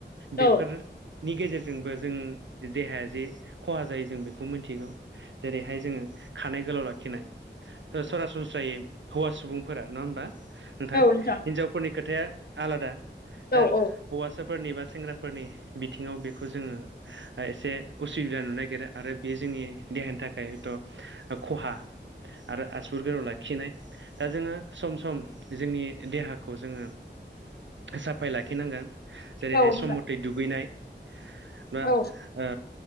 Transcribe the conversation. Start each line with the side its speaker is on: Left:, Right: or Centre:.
Right: बेफोर
Left: औ
Right: नि गेजेरजोंबो जों देहाया जे खहा जायो जों बेखौ मोनथिगौ। जेरैहाय जोङो खानाय गोलाव लाखिनाय ओ सरासन स्रायै हौवा सुबुंफोरा नङा ओमबा नोंथां
Left: औ नोंथां
Right: हिनजावफोरनि खोथाया आलादा। दा
Left: औ औ
Right: हौवासाफोरनि बा सेंग्राफोरनि बिथिङाव बेखौ जोङो ओ एसे उसुबिदा नुनोनागिरा आरो बे जोंनि देहानि थाखाय थ' ओ खहा आरो आसुर गोराव ला खिनाय दा जोङो सम सम जोंनि देहाखौ जोङो साफाय लाखिनांगोन जेरैहाय
Left: औ नोंथां
Right: सम मथे दुगैनाय बा
Left: औ
Right: ओ